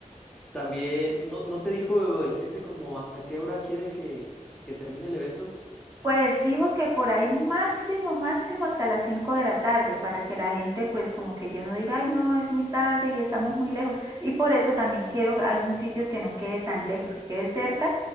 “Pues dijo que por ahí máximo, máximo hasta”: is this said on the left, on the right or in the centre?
Right